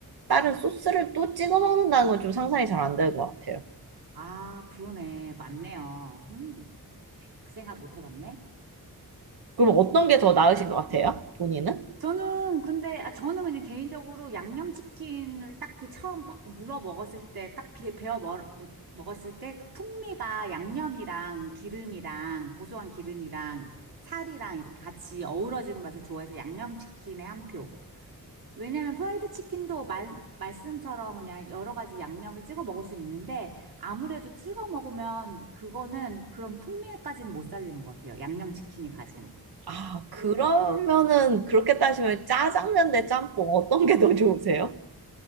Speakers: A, on the right; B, on the right.
A: 다른 소스를 또 찍어 먹는다는 건 좀 상상이 잘 안 되는 것 같아요.
B: 아, 그러네. 맞네요. 음, 그 생각 못 해봤네.
A: 그럼 어떤 게 더 나으신 것 같아요? 본인은?
B: 저는 근데 아, 저는 그냥 개인적으로 양념치킨을 딱 그 처음 막 물어 먹었을 때 딱 비- 베어 먹, 무- 먹었을 때 그 풍미가 양념이랑 기름이랑 고소한 기름이랑 살이랑 이렇게 같이 어우러지는 맛을 좋아해서 양념치킨에 한 표. 왜냐면 프라이드 치킨도 말, 말씀처럼 그냥 여러 가지 양념을 찍어 먹을 수는 있는데 아무래도 찍어 먹으면 그거는 그런 풍미까지는 못 살리는 것 같아요. 양념 치킨이 가진.
A: 아, 그러면은
B: 그래서.
A: 그렇게 따지면 짜장면 대 짬뽕 어떤 게 더 좋으세요? <laughs>